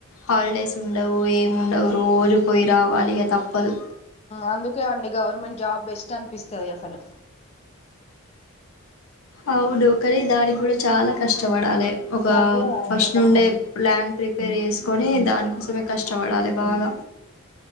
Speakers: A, on the left; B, on the left.
A: హాలిడేస్ ఉండవు ఏం ఉండవు రోజు పోయి రావాలి ఇగ తప్పదు
B: అందుకే అండి గవర్నమెంట్ జాబ్ బెస్ట్ అనిపిస్తది అసలు
A: అవుడు కానీ దానికి కూడా చాలా కష్టపడాలి ఒక
B: దాని కూడా అవును
A: ఫస్ట్ నుండే
B: కష్టం
A: ల్యాండ్ ప్రిప్ ప్రిపేర్ చేేసుకొని దానికోసమే కష్టపడాలి బాగా